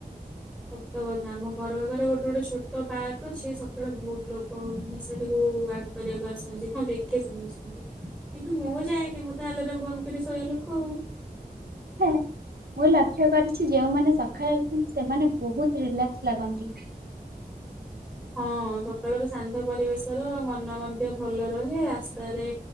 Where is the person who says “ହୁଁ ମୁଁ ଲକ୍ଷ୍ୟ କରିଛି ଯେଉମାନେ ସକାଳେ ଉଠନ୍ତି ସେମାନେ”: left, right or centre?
Right